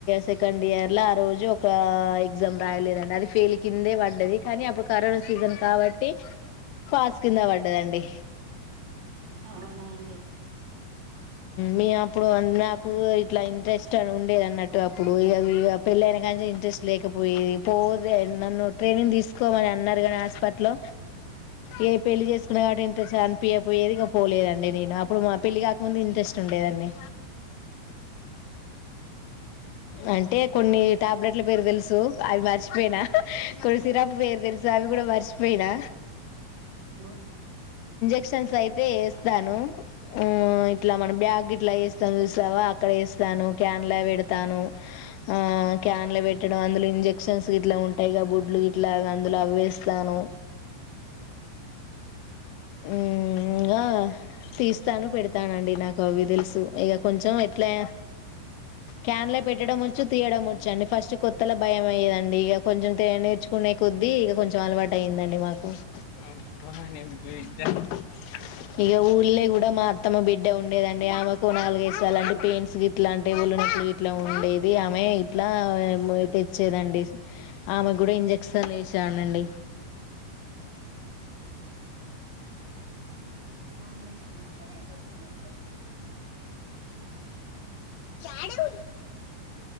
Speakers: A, on the left; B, on the right.
A: సెకండ్ ఇయర్ లో రోజు ఒక ఎగ్జామ్ రాయలేదండి అది ఫెయిల్ కిందే పడది కాని అప్పుడు కరోనా సీజన్ కాబట్టి పాస్ కింద పడ్డదండి
B: అవునా అండి
A: మే అప్పుడు నాకు ఇట్లా ఇంట్రెస్ట్ ఉండేది అన్నట్టు అప్పుడు ఇ పెళ్ళైన కా నుంచి ఇంట్రెస్ట్ లేకపోయేది పో నన్ను ట్రైనింగ్ తీసుకోమని అన్నట్ హాస్పిట లో ఏ పెళ్లి చేసుకున్నా కాబట్టి ఇంట్రె అనిపియపోయేది పోలేదండి నేను అప్పుడు మా పెళ్ళి కాకముందు ఇంట్రెస్ట్ ఉండేదండి అంటే కొన్ని టాబ్లెట్ల పేరు తెలుసు అవి మర్చిపోయినా కొన్నీ సిరాపు పేరు తెల్సు అవి కూడా మర్చిపోయినా
B: నో
A: మోషన్స్ అయితే వేస్తాను మ్మ్ ఇట్లా మన బ్యాగ్ ఇట్లా వేస్తాం చూస్తావా అక్కడ వేస్తాను క్యాన్లే పెడతాను ఆ క్యాన్లే పెట్టడం అందులో ఇంజెక్షన్స్ ఇట్ల ఉంటాయి గా బొడ్లు ఇట్లగా అందులో అవేస్తాను మ్మ్ తీస్తాను పెడతానండి నాకు అవి తెలుసుా ఇక కొంచెం ఇట్లా క్యాన్లే పెట్టడం వచ్చు తీయడం వచ్చు అండి ఫస్ట్ కొత్తలో భయం అయ్యేదండి ఇక కొంచెం నేర్చుకునే కొద్దీ ఇక కొంచెం అలవాటు అయ్యిందండి మాకు <unintelligible>
B: అవునా
A: ఇక ఊర్లే కూడా మాత్ర ఉండేదండి ఆమెకు నాలుగయిదు సార్లు పెయింట్స్ ఇట్లా అంటే విల్లునొప్పుపు ఇట్లా ఉండేది ఆమె ఇట్లా తెచ్చేదండి ఆమె కూడా ఇంజక్షన్లు వేసానండి
B: అండి ఎ ఇ
A: ాడు